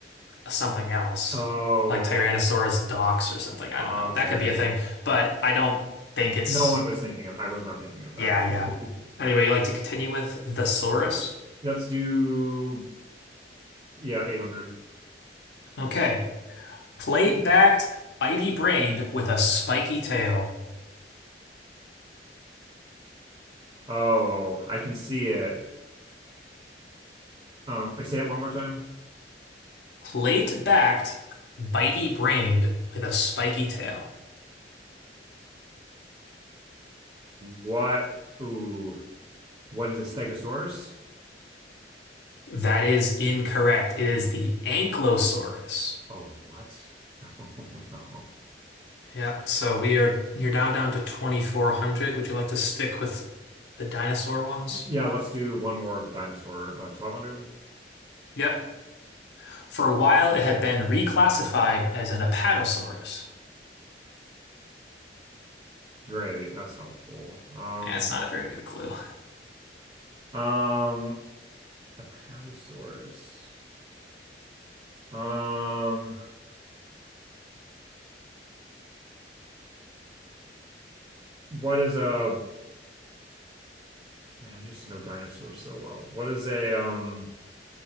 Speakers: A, on the left; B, on the right.
A: something else,
B: Oh,
A: like Tyrannosaurus dox or something. I
B: okay.
A: don't know. That could be a thing, but I don't think it's.
B: No one was thinking of. I was not thinking of that.
A: Yeah, yeah. Anyway, you like to continue with the Saurus?
B: <laughs> Let's do yeah, 800.
A: Okay, plate-backed, bitey-brained with a spiky tail.
B: Oh, I can see it. Um, say it one more time.
A: Plate-backed, bitey-brained with a spiky tail.
B: What? Ooh, what is a stegosaurus?
A: That is incorrect. It is
B: Mm,
A: the Ankylosaurus.
B: Oh, what? <laughs> Oh, No.
A: Yep. So we are you're now down to 2400. Would you like to stick with the dinosaur ones?
B: Yeah, let's do one more dinosaur. Uh, 1200.
A: Yep. For a while, it had been reclassified as an Apatosaurus.
B: Great, that's helpful. Um,
A: Eh, That's not a very good clue.
B: um, Apatosaurus. Um, what is a man? I used to know dinosaurs so well. What is a um